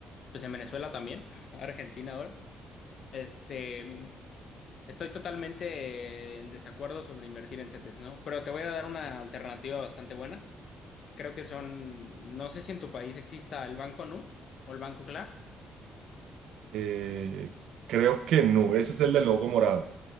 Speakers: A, on the left; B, on the right.
A: pues en Venezuela también, <laughs> Argentina ahora, este, estoy totalmente en desacuerdo sobre invertir en CETES, ¿no? Pero te voy a dar una alternativa bastante buena. que Creo que son, no sé si en tu país exista el Banco Nu o el Banco Clar,
B: Eh, creo que no, ese es el del logo morado.